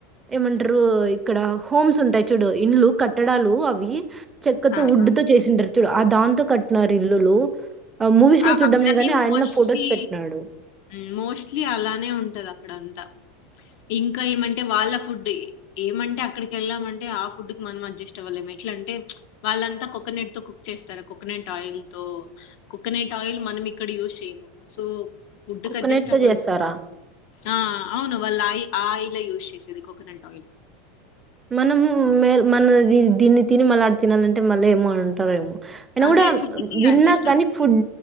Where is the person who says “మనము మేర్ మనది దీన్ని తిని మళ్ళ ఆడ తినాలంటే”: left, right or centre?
Right